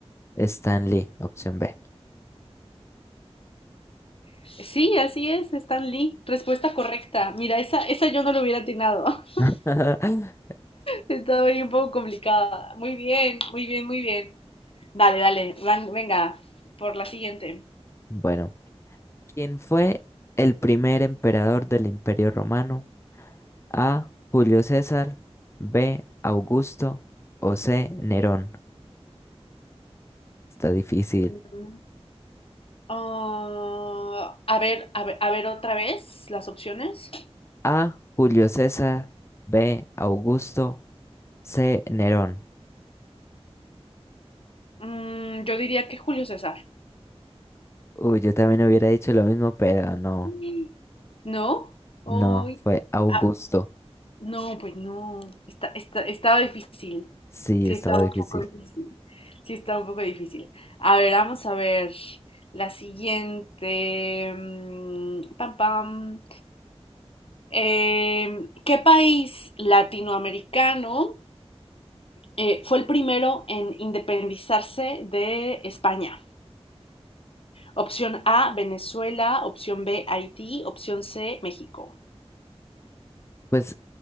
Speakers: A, on the left (about 25°); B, on the left (about 60°).
A: Stanley, opción B.
B: Sí, así es, Stan Lee. Respuesta correcta. Mira, esa, esa yo no lo hubiera atinado. <laughs>
A: <laughs>
B: Estaba ahí un poco complicada. Muy bien, muy bien, muy bien. Dale, dale, van- venga, por la siguiente.
A: Bueno, ¿quién fue el primer emperador del Imperio Romano? A. Julio César. B. Augusto. O C. Nerón. Está difícil.
B: Mm. Ah, a ver, a ver, a ver otra vez las opciones.
A: A. Julio César. B. Augusto. C. Nerón.
B: Mm, yo diría que Julio César.
A: Uy, yo también hubiera dicho lo mismo, pero no,
B: Sí. ¿No? Ay,
A: no, fue Augusto.
B: ah, no, pues no. Está, está- estaba difícil.
A: Sí,
B: Sí,
A: estaba
B: está un
A: difícil.
B: poco difícil. Sí, está un poco difícil. A ver, vamos a ver la siguiente. mm, Pam, pam. Em, ¿qué país latinoamericano eh, fue el primero en independizarse de España? Opción A, Venezuela. Opción B, Haití. Opción C, México.
A: Pues